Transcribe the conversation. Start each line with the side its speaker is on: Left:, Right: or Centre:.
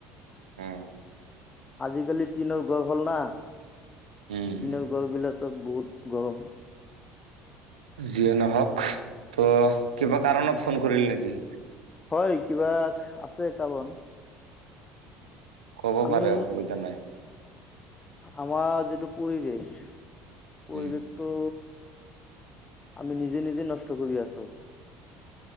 Right: আহ
Left: আজিকালি টিনৰ ঘৰ হ'ল না
Right: উম
Left: টিনৰ ঘৰ বিলাক ত বহুত গৰম
Right: যিয়ে নহওক ত' কিবা কাৰণত ফোন কৰিলি নেকি?
Left: হয় কিবা আছে কাবন
Right: ক'ব
Left: আমি
Right: পাৰে অসুবিধা নাই
Left: আমাৰ যিট- টো পৰিৱেশ পৰিৱেশটো
Right: উম
Left: আমি নিজে নিজে নষ্ট কৰি আছো।